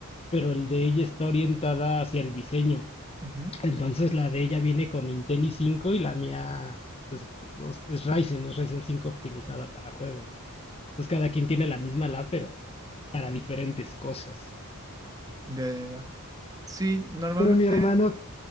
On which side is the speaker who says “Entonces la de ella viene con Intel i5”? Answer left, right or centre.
Left